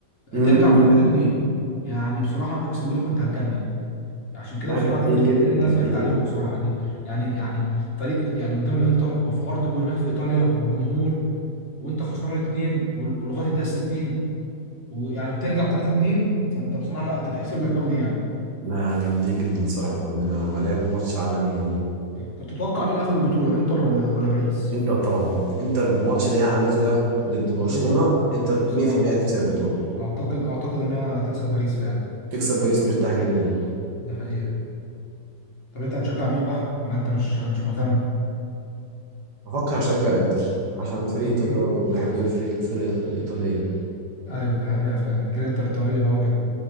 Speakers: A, on the right (about 80°); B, on the left (about 35°).
A: م- م-
B: ترجع ب 3
A: م.
B: 2 يعني بصراحه اقسم بالله كنت هتجنن عشان كده
A: لا
B: بصراحه
A: جامدين
B: ده اللي خلاني
A: جدا
B: ان انا
A: جامدين
B: زعلت عليهم
A: جدا
B: بصراحه يعني يعني يعني فريق يعني قدام الانتر وفي ارض وهناك في ايطاليا والجمهور وانت خسران الاثنين ولغايه الدقيقه 60 ويعني وترجع 3 2 فانت بصراحه لا تتحسب لك قوي دي يعني
A: لا جامدين جدا صراحة ربنا هما لعبوا ماتش عالمي
B: طب تتوقع مين اللي هياخد البطوله الانتر ولا ولا باريس؟
A: وإنتر طبعا إنتر بالماتش اللي هي عملته ده ضد برشلونة
B: امم
A: إنتر
B: بصراحه
A: 100% هتكسب البطولة
B: اعتقد اعتقد انها هتكسب باريس فعلا
A: تكسب باريس مرتاح جدا
B: ده حقيقه طب انت هتشجع مين بقى ولا انت مش مش مهتم؟
A: بفكر أشجع إنتر عشان فريق
B: <laughs>
A: إيطاليا برضه بحب الفريق الفرق الإيطالية
B: ايوه دي حقيقه فعلا جرينتا الايطاليه بقى وكده